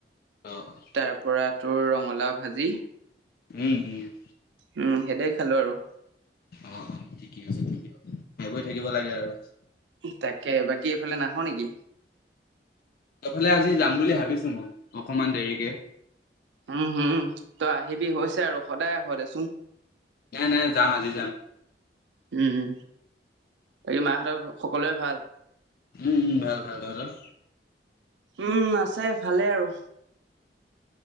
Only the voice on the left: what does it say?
অ' অ'
উম' উম'
অ' অ' ঠিকে আছে, ঠিকে আছে, খাই-বই থাকিব লাগে আৰু।
তফালে আজি যাম বুলি ভাবিছো মই অকমান দেৰিকে।
নাই নাই যাম আজি যাম।
উম ভাল ভাল আৰু।